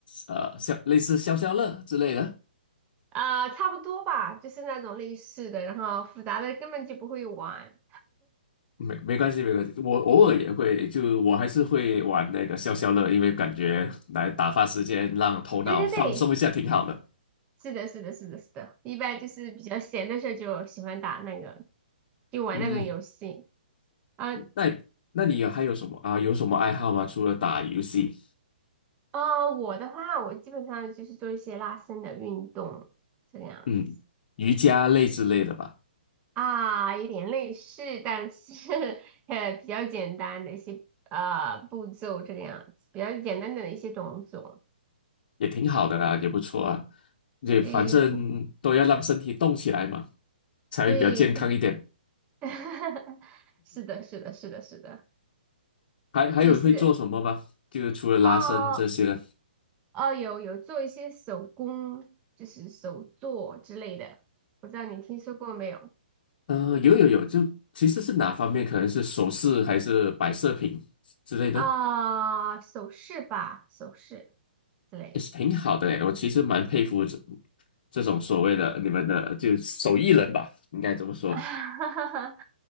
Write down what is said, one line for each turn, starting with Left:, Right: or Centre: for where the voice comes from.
Left: 呃，像类似消消乐之类的。
Right: <laughs> 啊、呃差不多吧，就是那种类似的，然后复杂的根本就不会玩。
Left: 没没关系，没关系，我偶尔也会，就我还是会玩那个消消乐，因为感觉来打发时间，让头脑放松一下，
Right: 对对对，
Left: 挺好的。
Right: 是的是的是的是的，一般就是比较闲的时候就喜欢打那个，就玩那种游戏
Left: 嗯，
Right: 啊
Left: 那那你有还有什么啊？有什么爱好吗？除了打游戏？
Right: 啊、呃我的话，我基本上就是做一些拉伸的运动这样。
Left: 嗯，
Right: 子。
Left: 瑜伽类之类的吧，
Right: 啊，有点类似，但是呃比较简单的一些呃步骤这个样子，比较简单的一些动作。
Left: 也挺好的啊，也不错啊，也反正都要让身体动起来嘛，
Right: 对，平
Left: 才会比较健康一点。
Right: 对是，<laughs> 是的，是的，是的，是的，
Left: 还还有会做什么吗？
Right: 就是
Left: 就是除了拉伸这些呢？
Right: 哦哦，有有做一些手工，就是手作之类的，不知道你听说过没有？
Left: 呃，有有有，就其实是哪方面？可能是首饰还是摆设品之类的，
Right: 啊、首饰吧，首饰之类的。
Left: 也是挺好的诶。我其实蛮佩服这这种所谓的你们的就手艺人吧，应该这么说。
Right: <laughs> 哈哈哈，